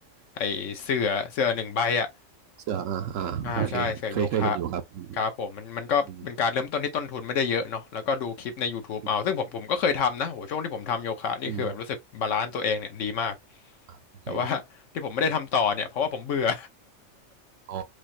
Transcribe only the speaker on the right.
เสื้ออ่าอ่าโอเคเคยเคยเห็นอยู่ครับอืม
อืม
อืม
อืม อเค
อ๋อ